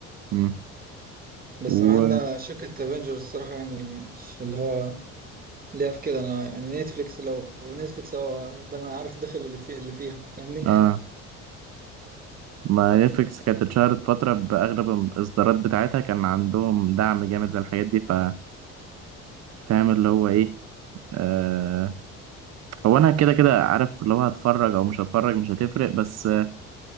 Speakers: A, on the right; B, on the right.
A: مم.
B: بس
A: و
B: مع ان شركة افنجرز الصراحة يعني مش اللي هو ليها في كده انا يعني نتفليكس لو لو نتفليكس هو انا عارف داخل اللي فيه اللي فيها فاهمني
A: اه ما نتفليكس كانت اتشهرت فترة بأغلب الإصدارات بتاعتها كان عندهم دعم جامد للحاجات دي ففاهم اللي هو إيه آه هو أنا كده كده عارف اللي هو هتفرج أو مش هتفرج مش هتفرق بس آه،